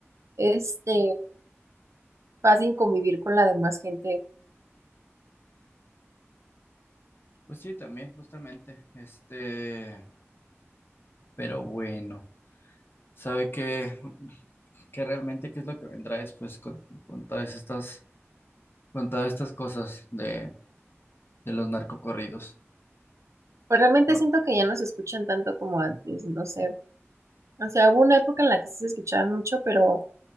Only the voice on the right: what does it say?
este, fácil convivir con la demás gente.
Pues realmente
siento que ya no se escuchan tanto como antes, no sé. O sea, hubo una época en la que sí se escuchaban mucho, pero